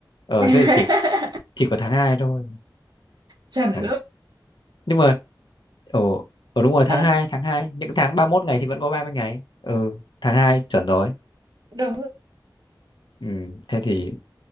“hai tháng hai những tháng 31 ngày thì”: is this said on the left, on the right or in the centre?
Left